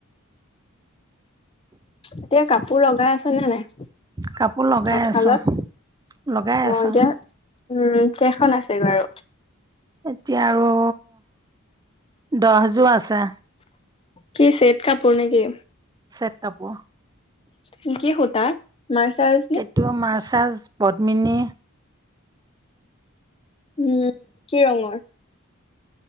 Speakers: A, on the left (about 25°); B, on the right (about 20°).
A: এতিয়া কাপোৰ লগাই আছে নে নাই?
B: কাপোৰ লগাই
A: তাঁতশালত
B: আছো লগাই
A: অহ
B: আছো
A: এতিয়া উম কেইখন আছে বাৰু?
B: এতিয়া আৰু দহযোৰ আছে।
A: কি চেদ কাপোৰ নেকি?
B: চেট কাপোৰ।
A: কি কি সূতাৰ মাৰ্চাৰজ নে?
B: তোমাৰ মাৰ্চাজ, পদ্মিনী
A: উম কি ৰঙৰ?